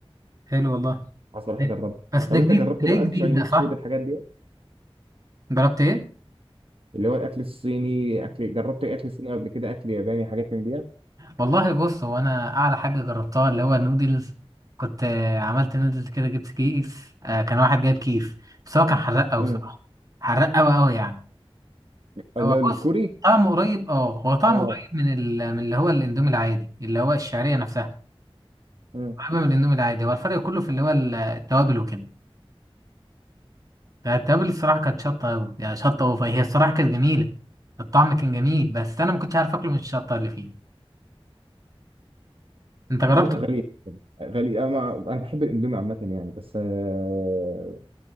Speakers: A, on the right; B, on the right.
A: حلو والله
B: حصل حاجه
A: حلو.
B: جربها
A: بس
B: طب
A: ده جديد
B: انت جربت
A: ليه
B: بقى
A: جديد
B: تشاينيز
A: ده صح
B: فود الحاجات دي
A: جربت ايه
B: اللي هو الاكل الصيني اكل جربت اكل صيني قبل كده اكل ياباني حاجات من ديت
A: والله بص هو انا اعلى حاجه جربتها اللي هو نودلز كنت آه، عملت نودلز كده جبت كيس آه، كان واحد جايب كيس بس هو كان حراق قوي
B: امم
A: صراحه حراق قوي قوي يعني
B: اللي
A: هو
B: هو الكوري
A: بص طعمه قريب اه هو طعمه
B: اه
A: قريب من ال... من اللي هو الاندومي العادي اللي هو الشعريه نفسها
B: امم
A: قريبه من الاندومي العادي هو الفرق كله في اللي هو ال- التوابل وكده التوابل الصراحه كانت شطه قوي يعني شطه اوفر هي الصراحه كانت جميله الطعم كان جميل بس انا ما كنتش عارف اكله من الشطه اللي فيه انت
B: بصراحه
A: جربت
B: غالي جدا غالي انا ما- انا بحب الاندومي عامه يعني بس آه